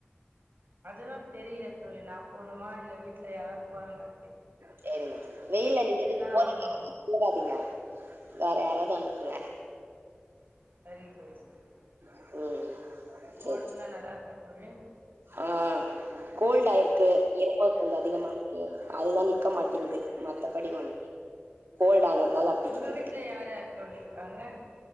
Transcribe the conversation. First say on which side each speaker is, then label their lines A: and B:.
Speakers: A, on the right; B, on the right.
A: அதுதா தெரில தோழி நா போணுமா இல்ல வீட்ல யாராது போறாங்கலா
B: சரிங்க தோழி வெயில்ல நீங்க எதுக்
A: தானே
B: போறிங்கே
A: வரணு
B: போகாதீங்க வேற யாராவது அனுப்புங்க
A: சரி தோழி சரி தோழி.
B: ம்
A: உங்க
B: சேரி
A: ஒடம்புலா
B: சேரி
A: நல்லா இருக்கா தோழி
B: ஆ கோல்ட் ஆயிருக்கு இருமல் கொஞ்ச அதிகமாருக்கு அதுதா நிக்க மாட்டிங்குது மத்த படி <inaudible> கோல்டு ஆனதுனால அப்டி
A: உங்க
B: இருக்கு
A: வீட்ல யார் யார் தோழி இருக்காங்க